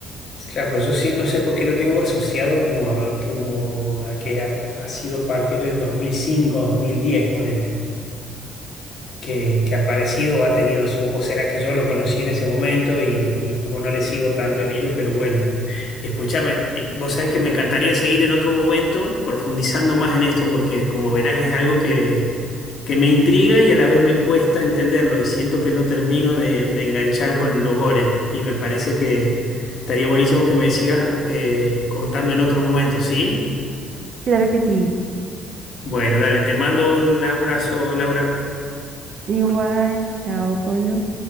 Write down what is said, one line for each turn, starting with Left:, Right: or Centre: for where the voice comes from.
Left: Claro, pues yo sí, no sé por qué lo tengo asociado como a, como a que ha, ha sido a partir del 2005, 2010, ponele. que, que ha aparecido o ha tenido su, o será que yo lo conocí en ese momento y, y como no le sigo tanto el hilo, pero bueno, escúchame, eh, vos sabés que me encantaría seguir en otro momento profundizando más en esto porque como verás es algo que, que me intriga y a la vez me cuesta entenderlo y siento que no termino de, de enganchar con los gores y me parece que estaría buenísimo que me sigas eh, contando en otro momento, ¿sí?
Right: Claro que sí.
Left: Bueno, dale, te mando un abrazo, Laura.
Right: Igual, chao, Pablo.